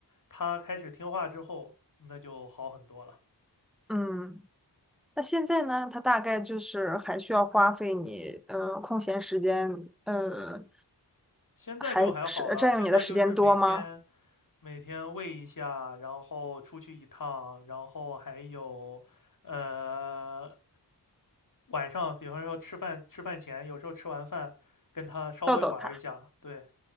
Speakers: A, on the left; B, in the centre.
A: 它开始听话之后，那就好很多了。
B: 嗯。那现在呢，它大概就是还需要花费你，呃，空闲时间，呃，
A: 现在就还好了，
B: 还是占用你的时间多吗？
A: 现在就是每天每天喂一下，然后出去一趟，然后还有呃晚上，比方说吃饭吃饭前，有时候吃完饭跟他稍微玩一下，
B: 逗逗它，
A: 对，